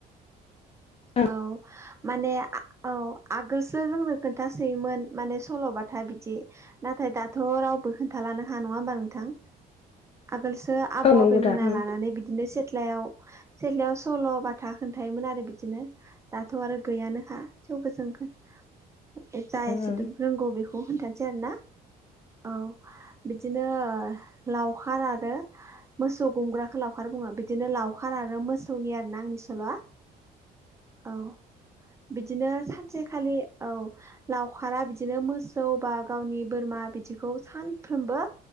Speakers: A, on the left; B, on the right.
A: ओं
B: औ माने औ आगोलसो जोंनो खोन्थासोयोमोन माने सल'बाथा बिदि नाथाय दाथ' रावबो खोन्थालानो खा नङा होमबा नोंथां आगोलसो आबौ
A: औ नंगौ
B: आबैमोना
A: दा ओं
B: लानानै बिदिनो सेथ्लायाव सेथ्लायाव सल' बाथा खोन्थायोमोन आरो बिदिनो। दाथ' आरो गैयानोखा थेवबो जों जा एसे
A: ओं
B: दोम रोंगौ बेखौ खोनथानोसै आरो ना औ बिदिनो लाव खार आरो मोसौ गुमग्राखो लावखार बुङो बिदिनो लावखार आरो मोसौनि आरो ना आंनि सल'आ। औ बिदिनो सानसेखालि औ। लावखारा बिदिनो मोसौ बा गावनि बोरमा बिदिखौ सानफ्रोमबो